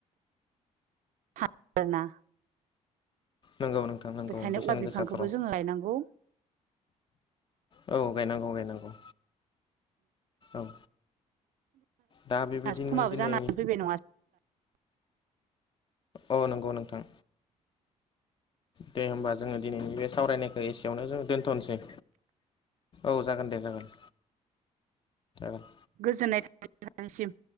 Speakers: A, on the right (about 75°); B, on the left (about 40°).
A: <unintelligible>
B: नंगौ नोंथां नंगौ
A: बेखायनो
B: बेसेन
A: औवा बिफांखौबो
B: गोसाथ आरो
A: जोङो लायनांगौ
B: औ गायनांगौ गायनांगौ औ। दा बेबायदिनो
A: समाबो
B: दिनै
A: जानानै फैबाय नङा ना
B: औ नंगौ नोंथां। दे होमबा जोङो दिनैनि बे सावरायनायखौ। एसेयावनो जों दोनथ'नोसै औ जागोन दे जागोन। औ।
A: गोजोननाय थाबाय नोंथांनिसिमो